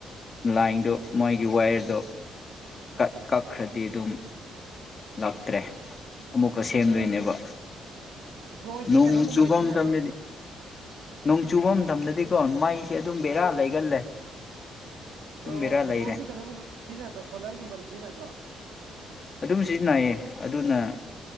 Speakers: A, on the left; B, on the right.
A: ꯂꯥꯏꯟꯗꯣ ꯃꯣꯏꯒꯤ ꯋꯥꯌꯔꯗꯣ ꯀꯛ ꯀꯛꯈ꯭ꯔꯗꯤ ꯑꯗꯨꯝ꯫ ꯂꯥꯛꯇ꯭ꯔꯦ꯫ ꯑꯃꯨꯛꯀ ꯁꯦꯝꯗꯣꯏꯅꯦꯕ
B: ꯑꯣ ꯕ꯭ꯔꯣ ꯍꯣꯏꯗꯤ
A: ꯅꯣꯡ
B: ꯀꯩꯅꯣꯒꯨꯝꯕꯗꯤ
A: ꯆꯨꯕ
B: ꯁꯤꯖꯤꯟꯅꯗ꯭ꯔꯣ
A: ꯃꯇꯝꯗꯗꯤ꯫ ꯅꯣꯡ ꯆꯨꯕ ꯃꯇꯝꯗꯗꯤꯀꯣ ꯃꯥꯏ ꯁꯦ ꯑꯗꯨꯝ ꯕꯦꯔꯥ
B: ꯑꯥ
A: ꯂꯩꯒꯜꯂꯦ꯫ ꯑꯗꯨꯝ
B: ꯑꯣ
A: ꯕꯦꯔꯥ ꯂꯩꯔꯦ
B: ꯕ꯭ꯔꯣ ꯍꯣꯏꯗꯤ ꯀꯩꯅꯣꯒꯨꯝꯕ ꯁꯤꯖꯤꯟꯅꯗ꯭ꯔꯣ ꯁꯣꯂꯔꯒꯨꯝꯕꯗꯤ ꯁꯤꯖꯤꯟꯅꯗ꯭ꯔꯣ꯫
A: ꯑꯗꯨꯝ ꯁꯤꯖꯤꯟꯅꯩꯌꯦ ꯑꯗꯨꯅ